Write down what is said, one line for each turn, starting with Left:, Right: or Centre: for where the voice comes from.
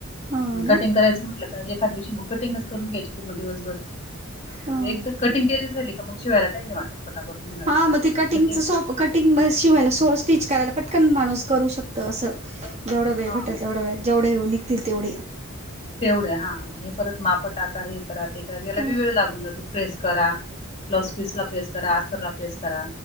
Right: हा ना.
Left: कटिंग करायचं म्हटलं का दिवशी मग कटिंगच करून घ्यायची पूर्ण दिवसभर
Right: ह
Left: एकदा कटिंग के राहिले मग शिवायला काहीनाही वाटत पटापट होऊन जातं.
Right: हा म कटिंग
Left: पण ते
Right: च सोप कटिंग म शिवायला सो स्टिच करायला पटकन माणूस करू शकत असं जेवढ वेळ
Left: हा
Right: भटल जवढं व जेवढे निघतील तेवढे
Left: तेवढ्या हा हे परत माप टाका हे करा ते करा याला
Right: ह
Left: बी वेळ लागून जातो प्रेस करा ब्लाउज पीस ला प्रेस करा आतरला प्रेस करा